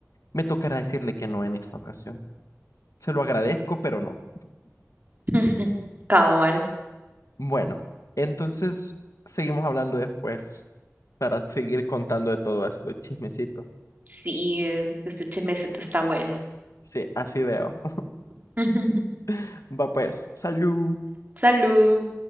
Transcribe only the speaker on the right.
<laughs> Cabal,
sí, este chismecito está bueno.
<laughs>
Salud.